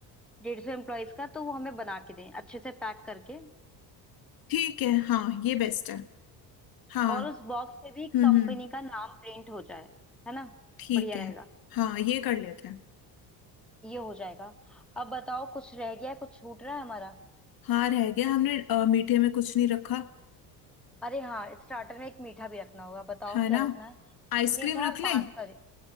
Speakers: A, in the centre; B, on the left.
A: डेढ़ सौ एम्प्लॉयज का तो वो हमें बना के दें अच्छे से पैक करके
B: ठीक है हाँ ये बेस्ट है हाँ
A: और उस बॉक्स पे भी
B: हम्म
A: कंपनी
B: हम्म
A: का नाम प्रिंट हो जाए है ना
B: ठीक
A: बढ़िया
B: है
A: रहेगा
B: हाँ ये कर लेते हैं
A: ये हो जाएगा अब बताओ कुछ रह गया है, कुछ छूट रहा है हमारा
B: हाँ रह गया हमने अ, मीठे में कुछ नहीं रखा
A: अरे हाँ स्टार्टर में एक मीठा भी रखना होगा बताओ
B: है
A: क्या
B: ना
A: रखना है
B: आइसक्रीम
A: मीठा
B: रख
A: पांच
B: लें
A: तरह